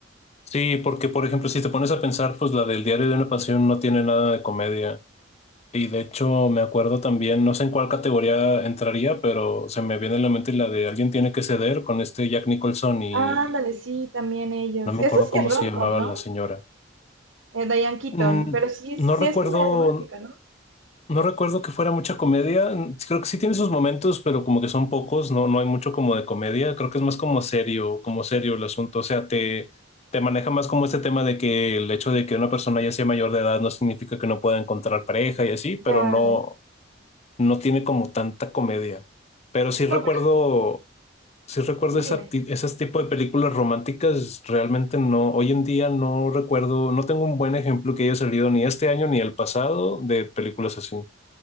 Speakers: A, on the left; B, on the right.
A: Sí, porque por ejemplo, si te pones a pensar, pues la del Diario de una Pasión no tiene nada de comedia. Y de hecho, me acuerdo también, no sé en cuál categoría entraría, pero se me viene a la mente la de Alguien tiene que ceder con este Jack Nicholson y
B: Ándale, sí, también ellos.
A: No me
B: Eso
A: acuerdo cómo
B: sí es rom-com,
A: se llamaba
B: ¿no?
A: la señora.
B: Eh, Diane Keaton,
A: Mm,
B: pero sí,
A: no
B: sí
A: recuerdo,
B: es comedia romántica, ¿no?
A: no recuerdo que fuera mucha comedia. Mm, Creo que sí tiene sus momentos, pero como que son pocos, no, no hay mucho como de comedia. Creo que es más como serio, como serio el asunto. O sea, te, te maneja más como este tema de que el hecho de que una persona ya sea mayor de edad no significa que no pueda encontrar pareja y así, pero
B: Ya,
A: no,
B: ya.
A: no tiene como tanta comedia. Pero sí recuerdo.
B: No, pero
A: sí recuerdo
B: sí,
A: esa,
B: dime.
A: ti- ese tipo de películas románticas, realmente no, hoy en día no recuerdo, no tengo un buen ejemplo que haya salido ni este año ni el pasado de películas así.